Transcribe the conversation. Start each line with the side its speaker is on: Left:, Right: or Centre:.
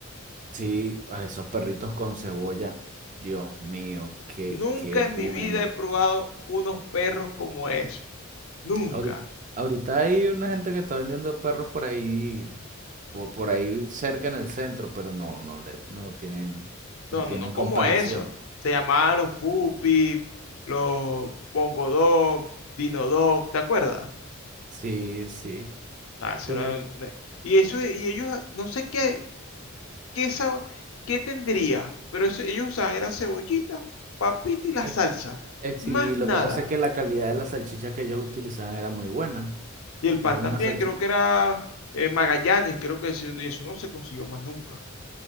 Right: Sí, a esos perritos con cebolla. Dios mío, qué,
Left: Nunca
Right: qué bueno.
Left: en mi vida he probado unos perros como eso. Nunca.
Right: Ahorita, ahorita hay una gente que está vendiendo perros por ahí por, por ahí cerca en el centro, pero no, no le, no tienen,
Left: No,
Right: no tienen
Left: no, no, como
Right: comparación.
Left: eso. Se llamaban los Pupi, los Bongodog, Dinodog, ¿te acuerdas?
Right: Sí, sí.
Left: Ah, eso
Right: Temas-
Left: era un- una- Y eso, y ellos, no sé qué, ¿Qué, sa- qué tendría? Pero eso, ellos usaban era cebollita, papita y la
Right: eh,
Left: salsa.
Right: eh, sí,
Left: Más nada.
Right: lo que pasa es que la calidad de las salchichas que ellos utilizaban era muy buena.
Left: Y el pan
Right: Era
Left: también,
Right: una salchicha,
Left: creo que era eh, Magallanes, creo que eso, y eso no se consiguió más nunca.